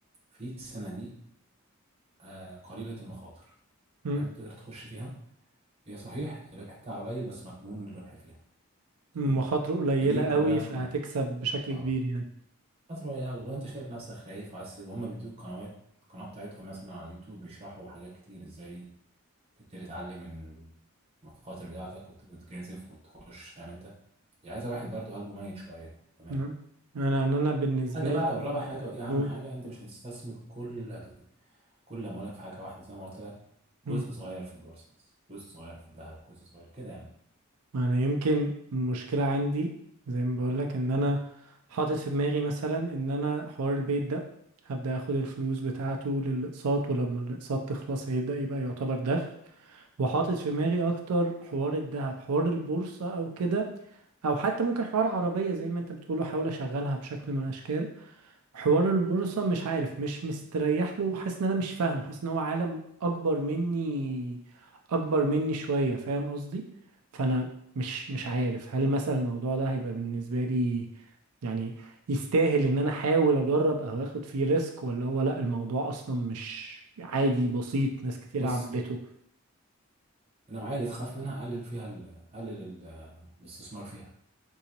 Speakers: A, on the right; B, on the right.
A: في صناديق آه، قليله المخاطر
B: امم
A: تمام تقدر تخش فيها هي صحيح الربح بتاعها قليل بس مضمون الربح فيها تمام
B: مخاطره قليله
A: فدي كلها
B: قوي فهتكسب
A: قناعه
B: بشكل
A: اه
B: كبير يعني
A: فترة يا ولو انت شايف نفسك خايف وعايز وهم بيدوك قنوات القناة بتاعتهم مثلا على اليوتيوب بيشرحوا حاجات كتير ازاي تبتدي تعلم من المخاطر بتاعتك وت- وتجازف وتخش فاهم انت يعني عايزة واحد برضو قلبه ميت شوية تمام
B: نعم. انا انا أنا بالنسبه
A: هذا بقى
B: لي
A: والرابع حاجة ودي أهم
B: أوه.
A: حاجة أنت مش هتستثمر كل كل أموالك في حاجة واحدة زي ما قلت لك جزء
B: مم.
A: صغير في البورصة بس جزء صغير في الذهب جزء صغير كده يعني
B: انا يمكن المشكله عندي زي ما بقول لك ان انا حاطط في دماغي مثلا ان انا حوار البيت ده هبدا اخد الفلوس بتاعته للاقساط ولما الاقساط تخلص هيبدا يبقى يعتبر دخل وحاطط في دماغي اكتر حوار الذهب حوار البورصة او كده او حتى ممكن حوار عربية زي ما انت بتقول وحاول اشغلها بشكل من الاشكال حوار البورصة مش عارف مش مستريح له حاسس ان انا مش فاهمه حاسس ان هو عالم اكبر مني اكبر مني شوية فاهم قصدي فانا مش مش عارف هل مثلا الموضوع ده هيبقى بالنسبة لي يعني يستاهل ان انا احاول اجرب او اخد فيه ريسك ولا هو لا الموضوع اصلا مش عادي بسيط ناس كتير
A: بص
B: عملته
A: النوعية اللي تخاف منها قلل فيها ال- قلل ال- الاستثمار فيها